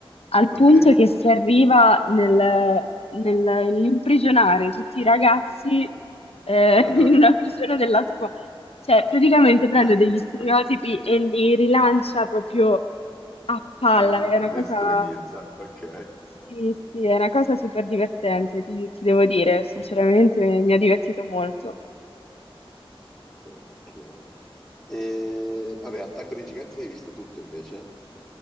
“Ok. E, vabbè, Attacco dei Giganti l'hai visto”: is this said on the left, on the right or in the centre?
Centre